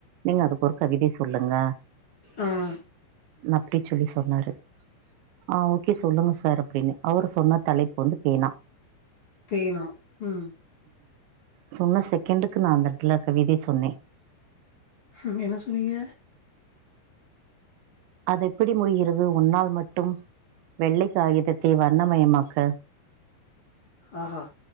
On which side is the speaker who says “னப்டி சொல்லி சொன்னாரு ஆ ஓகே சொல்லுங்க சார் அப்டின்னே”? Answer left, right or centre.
Right